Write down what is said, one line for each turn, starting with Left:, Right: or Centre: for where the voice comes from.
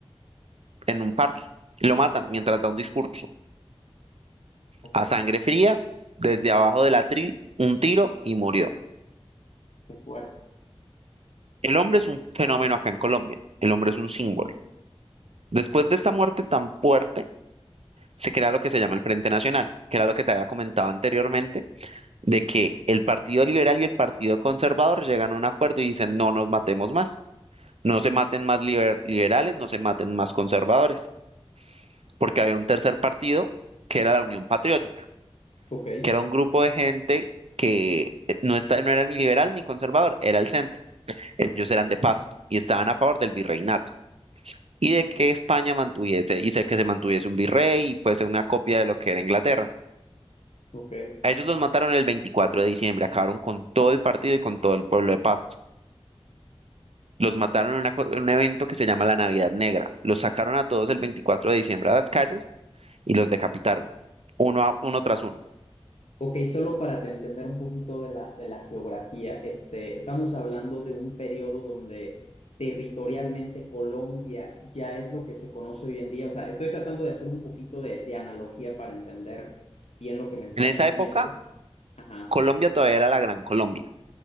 Right: en un parque. Lo matan mientras da un discurso.
Left: Ok.
Right: A sangre fría, desde abajo del atril, un tiro y murió.
Left: de cuarto.
Right: El hombre es un fenómeno acá en Colombia. El hombre es un símbolo. Después de esta muerte tan fuerte, se crea lo que se llama el Frente Nacional, que era lo que te había comentado anteriormente de que el Partido Liberal y el Partido Conservador llegan a un acuerdo y dicen, no nos matemos más, no se maten más liber- liberales, no se maten más conservadores, porque había un tercer partido que era la Unión Patriótica,
Left: Ok,
Right: que era un grupo de gente que eh, no, está, no era ni liberal ni conservador, era el centro, ellos eran de Pasto y estaban a favor del virreinato y de que España mantuviese, y sé que se mantuviese un virrey y fuese una copia de lo que era Inglaterra.
Left: ok.
Right: A ellos los mataron el 24 de diciembre, acabaron con todo el partido y con todo el pueblo de Pasto. Los mataron en, una co- en un evento que se llama la Navidad Negra. Los sacaron a todos el 24 de diciembre a las calles y los decapitaron, uno, a- uno tras uno.
Left: Ok, solo para te entender un poquito de la, de la geografía, este, estamos hablando de un periodo donde territorialmente Colombia ya es lo que se conoce hoy en día. O sea, estoy tratando de hacer un poquito de, de analogía para entender bien lo que me estás
Right: En esa
Left: diciendo.
Right: época,
Left: Ajá.
Right: Colombia todavía era la Gran Colombia.